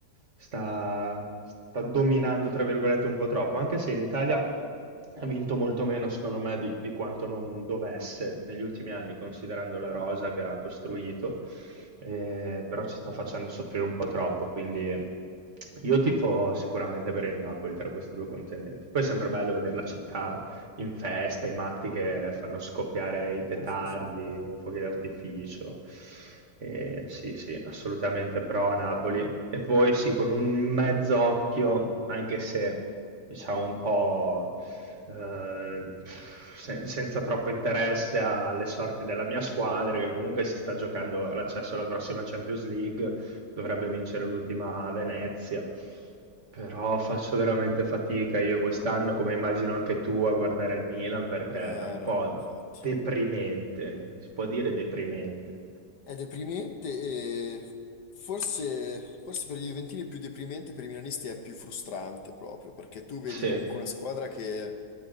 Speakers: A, on the right (about 45°); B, on the left (about 70°).
A: sta, sta dominando, tra virgolette, un po' troppo, anche se in Italia ha vinto molto meno, secondo me, di, di quanto non dovesse negli ultimi anni, considerando la rosa che ha costruito, eh, però ci sta facendo soffrire un po' troppo, quindi... Io tifo sicuramente per il Napoli tra questi due contendenti. Poi è sempre bello vedere la città in festa, i matti che fanno scoppiare i petardi,
B: <laughs>
A: fuochi d'artificio. Eh, sì, sì, assolutamente pro a Napoli. E poi sì, con un mezz'occhio, anche se diciamo un po' eh, se- senza troppo interesse alle sorti della mia squadra, che comunque si sta giocando l'accesso alla prossima Champions League, dovrebbe vincere l'ultima a Venezia. Però faccio veramente fatica io quest'anno, come immagino anche tu, a guardare il Milan perché
B: Eh
A: è un
B: no,
A: po'
B: infatti.
A: deprimente, si può dire deprimente.
B: È deprimente e forse, forse per i Juventini è più deprimente, per i Milanisti è più frustrante proprio, perché tu vedi
A: Sì,
B: comunque una squadra che,